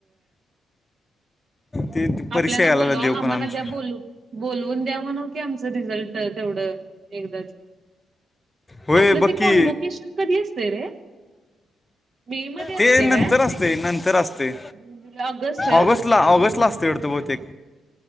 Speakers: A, on the left; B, on the right.
A: ते ते परीक्षा
B: आपल्याला
A: घालायला
B: बोलवा.
A: देव
B: आम्हाना
A: पण आमची
B: द्या बोल -बोलवून द्या की म्हणाव आमचं रिझल्ट तेवढं. एकदाच.
A: होय
B: आपलं
A: बग
B: ते
A: की.
B: कॉन्वोकेशन कधी असते रे मे मध्ये असते
A: ते नंतर
B: काय
A: असतय. नंतर असतय.
B: जून जुलै काय
A: ऑगस्ट ला. ऑगस्टला असतय वाटत बहुतेक.